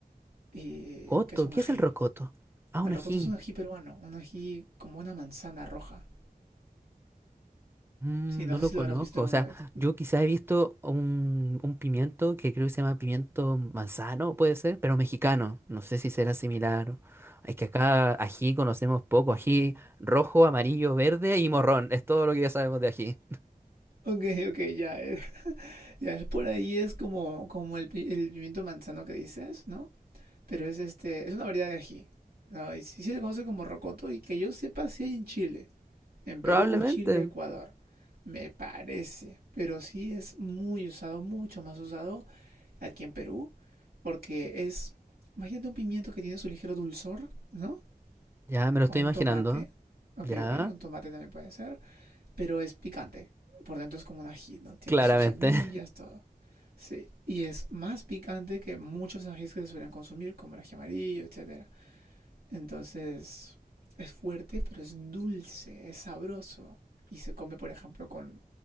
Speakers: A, on the right; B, on the right.
A: y,
B: ¿Coto?
A: que es un
B: ¿Qué
A: ají.
B: es el rocoto? Ah,
A: El
B: un ají.
A: rocoto es un ají peruano, un ají como una manzana roja.
B: Mm,
A: Sí, no
B: no
A: sé
B: lo
A: si
B: conozco.
A: lo habrás visto alguna
B: O sea,
A: vez.
B: yo quizás he visto un, un pimiento que creo que se llama pimiento manzano, puede ser, pero mexicano. No sé si será similar. Es que acá ají conocemos poco. Ají rojo, amarillo, verde y morrón. Es todo lo que ya sabemos de ají.
A: Ok, ok, ya, eh, <laughs> ya es por ahí, es como, como el, pi- el pimiento manzano que dices, ¿no? Pero es este, es una variedad de ají. ¿no? Y sí sí se le conoce como rocoto y que yo sepa si hay en Chile, en
B: Probablemente.
A: Perú, Chile, Ecuador. Me parece, pero sí es muy usado, mucho más usado aquí en Perú, porque es, imagínate un pimiento que tiene su ligero dulzor, ¿no?
B: Ya me lo
A: O
B: estoy
A: un
B: imaginando.
A: tomate, ok,
B: Ya,
A: ok, un tomate también puede ser, pero es picante. Por dentro es como un ají, ¿no? Tiene
B: claramente.
A: sus semillas,
B: <laughs>
A: todo. Sí, y es más picante que muchos ajís que se suelen consumir, como el ají amarillo, etcétera. Entonces es fuerte, pero es dulce, es sabroso. Y se come, por ejemplo, con